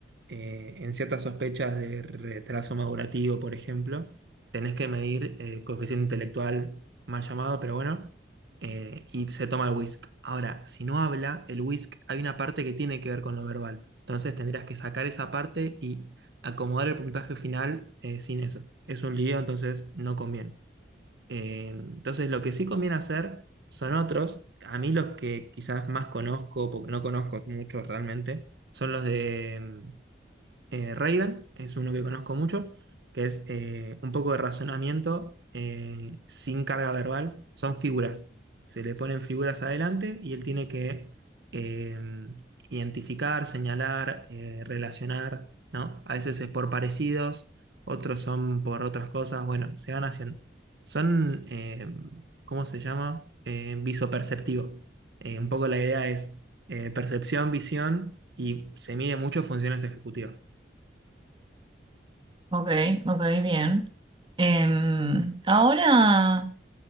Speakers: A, on the right; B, on the right.
A: eh, en ciertas sospechas de retraso madurativo, por ejemplo. Tenés que medir eh, coeficiente intelectual, mal llamado, pero bueno, eh, y se toma el WISC. Ahora, si no habla, el WISC hay una parte que tiene que ver con lo verbal. Entonces tendrías que sacar esa parte y acomodar el puntaje final eh, sin eso. Es un lío, entonces no conviene. Eh, entonces, lo que sí conviene hacer son otros. A mí los que quizás más conozco, porque no conozco muchos realmente, son los de mm, eh, Raven, es uno que conozco mucho, que es eh, un poco de razonamiento eh, sin carga verbal, son figuras. Se le ponen figuras adelante y él tiene que eh, identificar, señalar, eh, relacionar, ¿no? A veces es por parecidos, otros son por otras cosas, bueno, se van haciendo. Son, eh, ¿cómo se llama? Eh, visoperceptivo. Eh, un poco la idea es eh, percepción, visión y se mide mucho funciones ejecutivas.
B: Ok, ok, bien. Em, ahora,